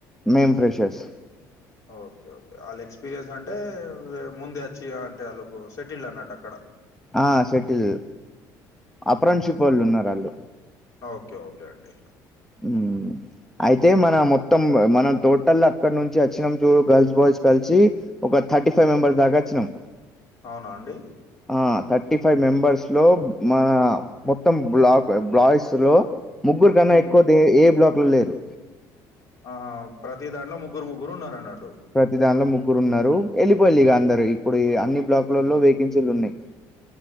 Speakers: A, in the centre; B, on the left.
A: మేమ్ ఫ్రెషర్స్
B: ఓకే ఓకే వాళ్ళు ఎక్స్పీరియన్స్ అంటే ముందే వచ్చి అంటే వాళ్ళకు సెటిల్డ్ అన్నట్టు అక్కడ
A: ఆ సెటిల్
B: మ్
A: అప్రెంట్షిప్ వాళ్ళు ఉన్నారు ఆళ్ళు
B: ఓకే ఓకే అండి
A: ఉమ్ అయితే మన మొత్తం మనం టోటల్ అక్కడ నుంచి వచ్చినాము చూ గర్ల్స్ బాయ్స్ కలిసి ఒక థర్టీ ఫైవ్ మెంబర్స్ దాకా అచ్చినం
B: అవునా అండి
A: ఆ థర్టీ ఫైవ్ మెంబర్స్ లో మన మొత్తం బ్లాక్ బ్లాయిస్ లో ముగ్గురు కన్నా
B: మ్మ్.
A: ఎక్కువ దే ఏ బ్లాక్ లో లేరు
B: ఆహా ప్రతి దాంట్లో ముగ్గురు ముగ్గురు ఉన్నారు అన్నట్టు
A: ప్రతిదానిలో ముగ్గురు ఉన్నారు వెళ్ళిపోయి లిక ఇక అందరు ఇప్పుడు అన్ని బ్లాక్లలలో
B: మ్మ్.
A: వేకెన్ సీలున్నయి